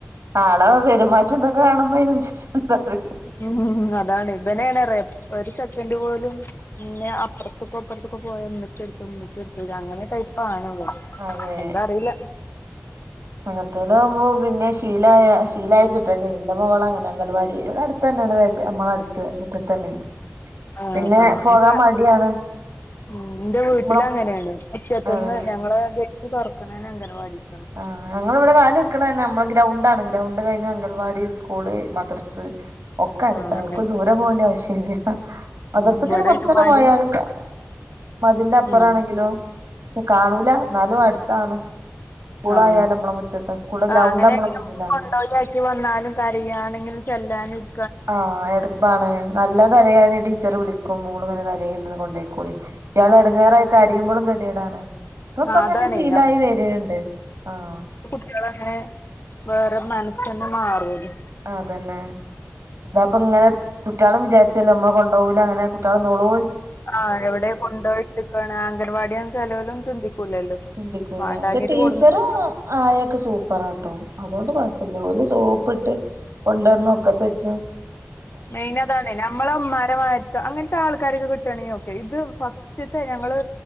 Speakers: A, on the right; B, on the left.
A: ആളെ പെരുമാറ്റം തൊക്കെ കാണുമ്പോ അയ്നേൻസരിച് <unintelligible>
B: ഉം അതാണ് ഇബനണറ്യൊ ഒരു സെക്കൻഡ് പോലും പിന്നെ അപ്പർത്തൊക്കൊ ഇപ്പർത്ത്കൊ പോയ ഇമ്മിച്ചെടുത്ത് ഇമ്മിച്ചടുത്ത് അങ്ങനെ ടൈപ്പാണവൻ
A: അതെ
B: എന്താ അറില
A: അങ്ങനത്തെല്ലാവ്പോ പിന്നെ ശീലയ ശീല ആയി കിട്ടണ്ടിരും ന്റെ മോളങ്ങനെ അങ്കൽവാടി ഇവിടെട് തന്നെണ് വേജ നമ്മള അടുത് മുറ്റതെന്നെണ്
B: ആഹ്
A: പിന്നെ
B: ആഹ്
A: പോകാൻ
B: ഇൻക്ക്
A: മടിയാണ്,
B: ഉം ഇന്റെ വീട്ടിലങ്ങനെയാണ്
A: നമ്മളെ
B: മുറ്റത്തിന്ന്
A: അതെ
B: ഞങ്ങളെ വി ട് തുറക്കണനെ അങ്കൻവാടിക്കാണ്
A: ആഹ് ഞങ്ങളവിടെ കാല് വെക്കണന്നെ നമ്മളെ ഗ്രൗണ്ട് ആണ് ഗ്രൗണ്ട് കഴിഞ്ഞ അംഗൽവാടി സ്കൂള് മദ്രസ് ഒക്കെ അടുത്ത
B: ആഹ്
A: എവ്ട്ക്കും
B: അങ്ങനെ
A: ദൂരം പോണ്ട്യ ആവശ്യല്ല്യ മദർസ്ക്കിനെ
B: ഉം ഇവിടെ
A: കൊറച്ചെണ്ണ
B: അയിനുമ്മാണ്ടി
A: പോയാല് <unintelligible> മതിലിന്റെ അപ്പുറ
B: ഉം
A: ആണെങ്കിലോ ശേ കാണൂല ന്നാലും അടുത്താണ് സ്കൂളായാലും
B: ആഹ്
A: നമ്മളെ മുറ്റത്താ സ്കൂളിലെ ഗ്രൗണ്ട്
B: ആഹ് അങ്ങനെ
A: നമ്മളെ
B: <unintelligible>
A: മുന്നിലാ
B: ഡോൾവാക്കി വന്നാലും കരായണെങ്കി ചെല്ലാനും ഇരി
A: ആഹ് എടുപ്പാണ് നല്ല കരയണ് ടീച്ചർ വിളിക്കും മോൾങ്ങനെ കരയണ്ട് കൊണ്ടോയിക്കോളി കുട്ട്യാള്എടങ്ങാറായി കരിയുമ്പളും ഗതിയേടാണ് ഇപ്പപ്പ
B: ആഹ്
A: ങ്ങനെ
B: അതാണേ
A: ശീലായി വര്ണ്ട് ആഹ്
B: കുട്ട്യാളൻങ്ങനെ വേറെ മനസ്സന്നെ മാറുലെ
A: അതന്നെ എന്താപ്പങ്ങനെ കുട്ട്യാളും വിചാരിച്ചല്ലോ നമ്മള കൊണ്ടകൂല അങ്ങനെ കുട്ടിള നൊളോ
B: ആഹ് എവിടെയ കൊണ്ടോയ്ട്ട്കാണ് അംഗൻവാടിയാണ് ചെലോലന്നും ചിന്തിക്കൂലല്ലോ
A: ചിന്തികൂല
B: വാണ്ടാഞ്ഞിട്ട്
A: ക്ഷേ ടീച്ചറും
B: കൊടുന്നിട്ട്
A: ആ ആയൊക്കെ സൂപ്പറാട്ടോ അതോണ്ട് കൊഴപ്പല്ല്യ ഓല് സോപ്പിട്ട് കൊണ്ടട്ന്നും ഒക്കതെചും
B: മൈൻഅതാണ് നമ്മളമ്മാരമാര്ത്ത് അങ്ങൻത്തെ ആൾക്കാരൊക്കെ കിട്ടാണെങ്കി ഓക്കെ ഇത് ഫസ്റ്റ്ത്തെ ഞങ്ങള്